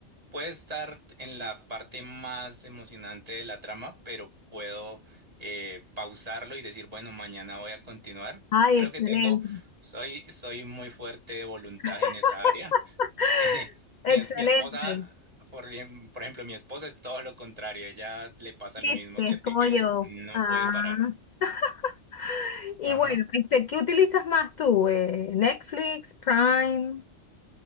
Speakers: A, on the right; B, on the left.
A: puede estar en la parte más emocionante de la trama, pero puedo eh, pausarlo y decir, bueno, mañana voy a continuar.
B: Ay,
A: Creo
B: excelente.
A: que tengo, soy, soy muy fuerte de voluntad
B: <laughs>
A: en esa área. <laughs> Eh,
B: Excelente.
A: mi, es- mi esposa, por, ejem- por ejemplo, mi esposa es todo lo contrario. Ella le pasa
B: este
A: lo mismo que
B: es
A: a ti,
B: como
A: que
B: yo.
A: no
B: Ah.
A: puede parar.
B: <laughs> Y
A: Ajá.
B: bueno, este, ¿qué utilizas más tú? Eh, Netflix, Prime,